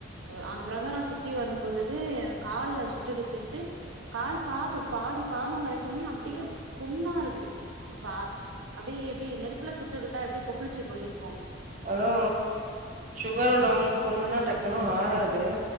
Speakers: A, on the right (about 80°); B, on the right (about 40°).
A: அந்த பிரகாரம் சுத்தி வரும் பொழுது கால்ல சுட்டுச்சுன்ட்டு கால் பாதம் பாதி பாதம் வரைக்குமே அப்டியே புண்ணா இருக்கு பா அப்டியே எப்டி நெருப்புல சுட்டுக்கிட்டா எப்டி கொப்புளிச்சு போயிருக்கும்
B: அதா சுகர் உள்ளவங்களுக்கு புண்ணுன்னா டக்குனு ஆறாது